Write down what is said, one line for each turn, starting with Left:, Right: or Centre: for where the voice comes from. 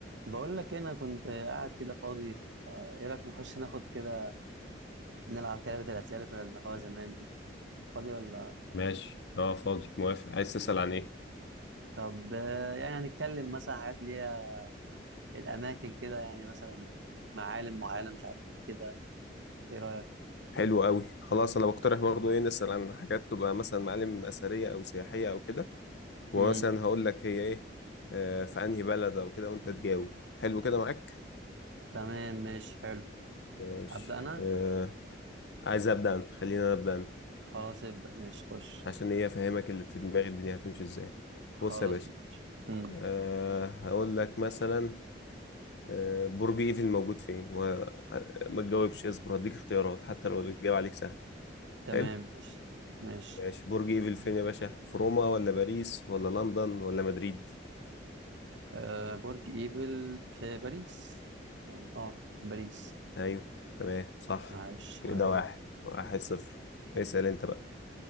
Right: بقول لك إيه، انا كنت قاعد كده فاضي آه، ايه رايك نخش ناخد كده نلعب لعبه الاسئله اللي كنا بنلعبها زمان دي فاضي ولا
Left: ماشي اه فاضي موافق عايز تسأل عن ايه
Right: طب آه، يعني نتكلم مثلا عن حاجات اللي هي الاماكن كده يعني مثلا معالم معالم مش عارف ايه كده ايه رايك
Left: حلو قوي خلاص انا بقترح برضو ايه نسأل عن حاجات تبقى مثلا معالم اثرية او سياحية او كده ومثلا
Right: امم
Left: هقول لك هي ايه آه في انهي بلد او كده وانت تجاوب حلو كده معاك
Right: تمام ماشي حلو
Left: ماشي
Right: ابدا انا
Left: آه عايز ابدا أنا. خلينا أنا ابدا أنا.
Right: خلاص ابدا ماشي خش
Left: عشان ايه افهمك اللي في دماغي الدنيا هتمشي ازاي
Right: خلاص
Left: بص يا باشا
Right: ماشي امم
Left: آه هقول لك مثلا آه برج ايفل موجود فين وما تجاوبش اصبر هديك اختيارات حتى لو الاجابة عليك سهل
Right: تمام
Left: حلو
Right: ماشي ماشي
Left: ماشي برج ايفل فين يا باشا في روما ولا باريس ولا لندن ولا مدريد
Right: أه برج ايفل في باريس اه آه، في باريس
Left: ايوه تمام صح
Right: عاش
Left: كده
Right: عاش جدا
Left: واحد واحد صفر اسأل انت بقى